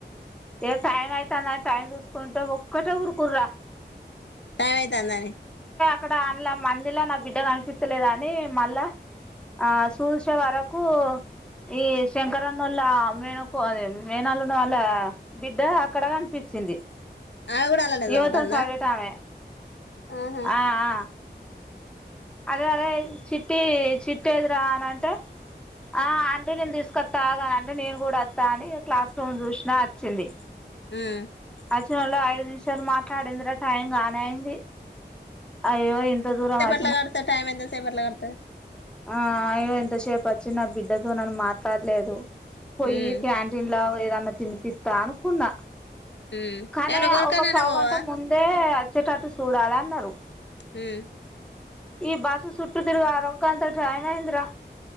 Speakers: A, in the centre; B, on the left.
A: తె టైమయితేనా టైన్ చూసుకుంటా ఒక్కటే ఉఊరుకుర్రా
B: సామైతాందని
A: అక్కడ అందు మందిలా నా బిడ్డ కనిపించలేదు అని మళ్ళా ఆ చూల్చే వరకు ఈ శంకరన్నళ్ళ మేనకు మేనాఅల్లుని వల్ల బిడ్డ అక్కడ కనిపిస్తు చింది
B: ఆమె కూడా అలానే
A: ఇమీతోనే
B: చదువుతుందా
A: సద్వేటమే
B: ఆహా
A: ఆ ఆ అదే అదే చిట్టి చిట్టి ఎదీరా అని అంటే ఆ ఆంటీ నేను తీసుకొస్తాగా అంటే నేను కూడా వస్తా అని క్లాస్ రూమ్ చూసినా వచ్చింది
B: హుమ్మ్
A: అచినోల్లే ఐదు నిమిషాలు మాట్లాడిందిరా టైం గానే అయింది అయ్యో ఇంత దూరం అ
B: ట్లా కత టైమ్ ఎంత సేపట్ల గడుస్తాది
A: ఆ అయ్యో ఇంతసేపు వచ్చి నా బిడ్డతో నన్నని మాట్లాడలేదు
B: కడుతుంది
A: పోయి క్యాంటీన్ లా దన్న తినిపిస్తా అనుకున్నా
B: ఉమ్
A: కానీ
B: ఏమన్నా కొనుక్కనన్న
A: ఒక పావుగంట
B: పోవా
A: ముందే వచ్చేటటు చూడాలి అన్నారు
B: హుమ్మ్
A: ఈ బస్సు సుట్టు తిరగ రొంకంత టైమ్ అయిందిరా